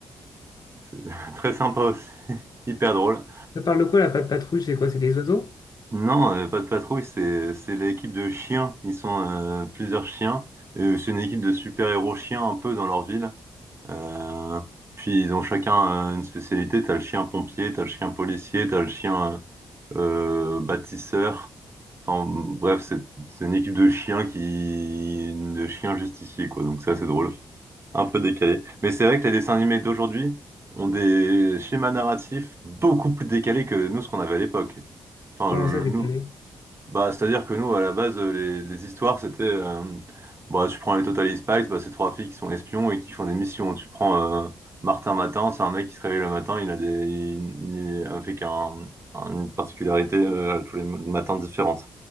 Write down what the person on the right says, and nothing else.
C'est <laughs> très sympa aussi, <laughs> hyper drôle.
Non, euh, Patte Patrouille, c'est c'est l'équipe de chiens. Ils sont euh, plusieurs chiens, et c'est une équipe de super-héros chiens un peu dans leur ville. Euh, puis ils ont chacun euh, une spécialité. T'as le chien pompier, t'as le chien policier, t'as le chien euh, euh, bâtisseur. Enfin bref, c'est c'est une équipe de chiens qui de chiens justiciers quoi. Donc c'est assez drôle, un peu décalé. Mais c'est vrai que les dessins animés d'aujourd'hui ont des schémas narratifs beaucoup plus décalés que nous ce qu'on avait à l'époque. Enfin
je-
nous, bah, c'est-à-dire que nous, à la base, euh, les, les histoires, c'était, euh, bah, tu prends les Total Spies, bah, c'est trois filles qui sont espions et qui font des missions. Tu prends euh, Martin Matin, c'est un mec qui se réveille le matin, il a des, il, il est avec un, un- une particularité euh, tous les matins différentes.